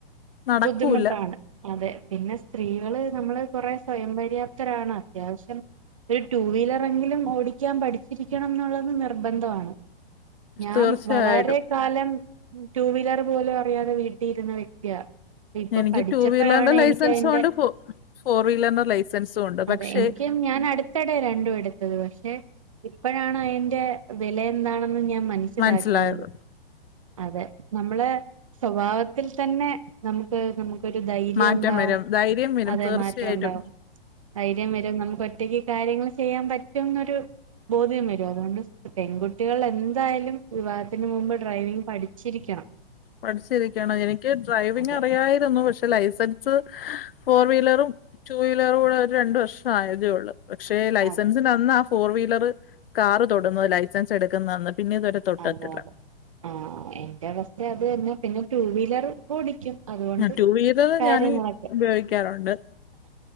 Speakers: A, on the left; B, on the right.
A: നടക്കൂല്ല
B: ബുദ്ധിമുട്ടാണ് അതെ പിന്നെ സ്ത്രീകള് നമ്മള് കൊറേ സ്വയംപര്യാപ്തരാണ് അത്യാവശ്യം ഒരു ടു വീലറെങ്കിലും ഓടിക്കാൻ പഠിച്ചിരിക്കണം ന്നുള്ളത് നിർബന്ധാണ് ഞാൻ
A: തീർച്ചയായിട്ടും
B: വളരെ കാലം ടു വീലർ പോലും അറിയാതെ വീട്ടി ഇരുന്ന വ്യക്തിയ ഇപ്പൊ
A: എനിക്ക്
B: പഠിച്ചപ്പഴാണ്
A: ടു വീലറിന്റെ ലൈസൻസും
B: എനിക്ക് അയിന്റെ
A: ഉണ്ട് ഫോ ഫോർ വീലറിന്റെ ലൈസൻസും ഉണ്ട്
B: അതെ
A: പക്ഷെ
B: എനിക്ക് ഞാൻ അടു ത്തടെ രണ്ടും എടുത്തത് പക്ഷെ ഇപ്പഴാണ് അയിന്റെ വില എന്താണെന്ന് ഞാൻ മന സ്സിലാക്കുന്നത്
A: മനസ്സിലായത്
B: അതെ നമ്മളെ സ്വഭാവത്തിൽ തന്നെ നമുക്ക് നമുക്കൊരു ധൈര്യം
A: മാറ്റം
B: ഉണ്ടാവും
A: വരും ധൈര്യം വരും
B: അതെ
A: തീർച്ചയായിട്ടും
B: മാറ്റം ഉണ്ടാവും ധൈര്യം വരും നമുക്ക് ഒറ്റക്ക് കാര്യങ്ങൾ ചെയ്യാൻ പറ്റുംന്നൊരു ബോധ്യം വരും അതോണ്ട് പെൺകുട്ടികൾ എന്തായാലും വിവാഹത്തിന് മുമ്പ് ഡ്രൈവിംഗ് പഠിച്ചിരിക്കണം
A: പഠിച്ചിരിക്കണം എനിക്ക് ഡ്രൈവിംഗ്
B: അതെ
A: അറിയായിരുന്നു പക്ഷെ ലൈസൻ സ് ഫോർ വീലറും ടു വീലറും കൂടെ ഒരു രണ്ട് വർഷം ആയതേ ഒള്ളൂ പക്ഷെ ലൈസൻസിന്റ
B: അതെ
A: അന്ന് ആ ഫോർ വീലർ കാറ് തൊടുന്നത് ലൈസൻസ് എടുക്കുന്നന്ന് പിന്നെ ഇതുവരെ തൊട്ടിട്ടില്ല
B: അതെ അതെ ആഹ് എന്റെ അവസ്ഥ അത് തന്നെ പിന്നെ ടു വീലർ ഓടിക്കും അതുകൊണ്ട്
A: ടു വീലർ
B: കാര്യങ്ങളൊക്കെ
A: ഞാന് ഉപയോഗിക്കാറുണ്ട്